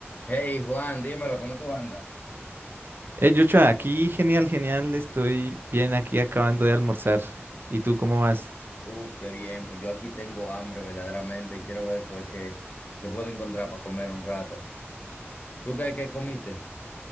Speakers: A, on the left; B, on the right.
A: Hey Juan, dímelo, ¿cómo tú andas?
B: Eh, Joshua, aquí genial, genial, estoy bien aquí acabando de almorzar. ¿Y tú cómo vas?
A: Uh, qué bien, pues yo aquí tengo hambre verdaderamente y quiero ver pues qué, qué puedo encontrar para comer un rato. ¿Tú qué, qué comiste?